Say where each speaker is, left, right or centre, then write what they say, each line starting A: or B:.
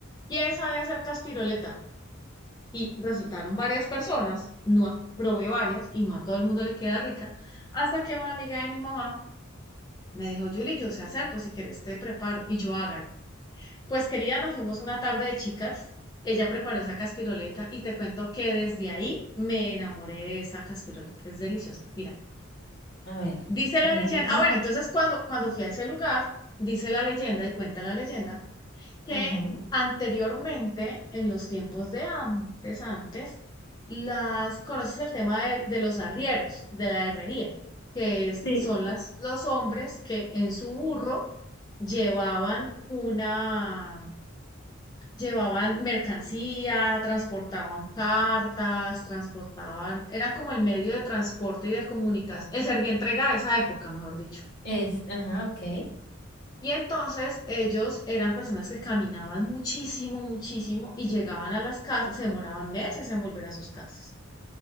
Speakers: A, on the left; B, on the left.
A: ¿quién sabe hacer caspiroleta? y resultaron varias personas, no a- probé varias y no a todo el mundo le queda rica, hasta que una amiga de mi mamá me dijo, Julie, yo sé hacer, pues si quieres te preparo y yo hagan. Pues querida, nos fuimos una tarde de chicas, ella preparó esa caspiroleta y te cuento que desde ahí me enamoré de esa caspiroleta, es deliciosa, mira.
B: A ver,
A: Dice
B: necesito.
A: la leyenda, ah bueno, entonces cuando, cuando fui a ese lugar, dice la leyenda y cuenta la leyenda que
B: Ujú.
A: anteriormente, en los tiempos de antes, antes, las, conoces el tema de, de los arrieros, de la herrería, que es,
B: Sí.
A: son las, los hombres que en su burro llevaban una, llevaban mercancía, transportaban cartas, transportaban, era como el medio de transporte y de comunicación, el entrega de esa época, mejor dicho.
B: Es, ajá, ok.
A: Y entonces ellos eran personas que caminaban muchísimo, muchísimo y llegaban a las casas, se demoraban meses en volver a sus casas.